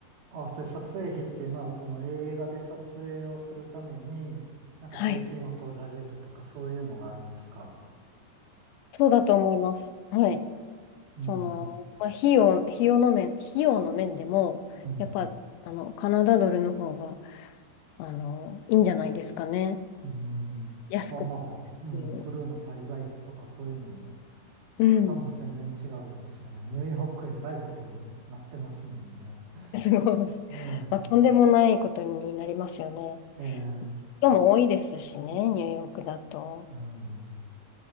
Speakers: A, on the right; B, on the left.
A: あ、それ撮影費っていうのは、その映画で撮影をするために、なんか税金を取られるとか、
B: はい。
A: そういうのがあるんですか。
B: そうだと思います。はい。
A: うん。
B: その、まあ、費用、費用の面、費用の面でも、
A: うん。
B: やっぱ、あの、カナダドルの方が、あの、いいんじゃないですかね。
A: うん。
B: 安くっ
A: まあまあ、うん、
B: ていう。
A: クルーの滞在費とかそういうのも
B: うん。
A: 多分全然違うんでしょうね。ニューヨークえらいことになってますもんね。
B: <laughs> すごい。
A: ね
B: まあ、とんでもないことになりますよね。
A: え、ええ、
B: 人も多いですしね、ニューヨークだと。
A: うん。